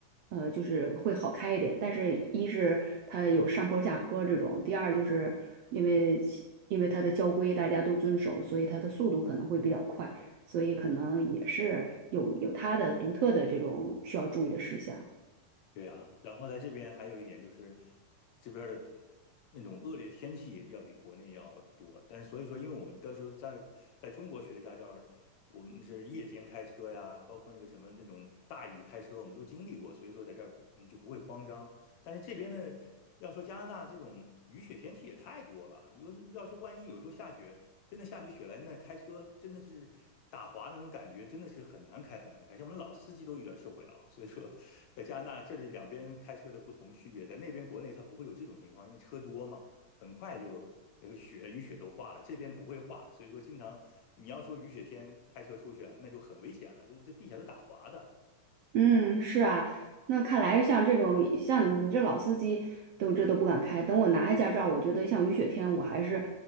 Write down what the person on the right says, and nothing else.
呃，就是会好开一点。但是，一是它有上坡下坡这种，第二就是因为因为它的交规大家都遵守，所以它的速度可能会比较快，所以可能也是有有它的独特的这种需要注意的事项。
嗯，是啊，那看来像这种像你这老司机都这都不敢开。等我拿下驾照，我觉得像雨雪天，我还是，